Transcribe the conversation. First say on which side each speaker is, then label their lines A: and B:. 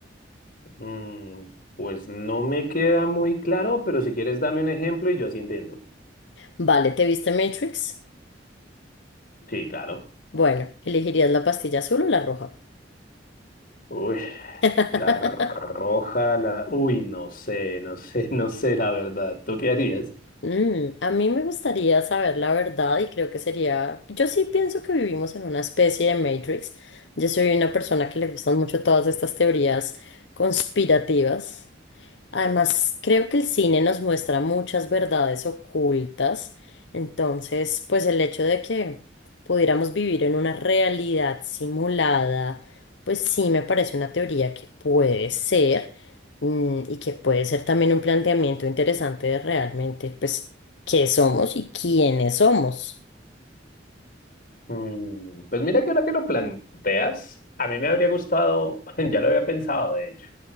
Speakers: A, on the left; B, on the left.
A: Mm, pues no me queda muy claro, pero si quieres dame un ejemplo y yo así entiendo.
B: Vale, ¿te viste Matrix?
A: Sí, claro.
B: Bueno, ¿elegirías la pastilla azul o la roja?
A: Uy,
B: <laughs>
A: la r- roja, la... Uy, no sé, no sé, <laughs> no sé la verdad. ¿Tú qué harías?
B: Mm, a mí me gustaría saber la verdad y creo que sería, yo sí pienso que vivimos en una especie de Matrix. Yo soy una persona que le gustan mucho todas estas teorías conspirativas. Además, creo que el cine nos muestra muchas verdades ocultas, entonces, pues el hecho de que pudiéramos vivir en una realidad simulada, pues sí me parece una teoría que puede ser mm, y que puede ser también un planteamiento interesante de realmente, pues, qué somos y quiénes somos.
A: Mm, Pues mira que ahora que lo planteas, a mí me habría gustado, <laughs> ya lo había pensado de hecho,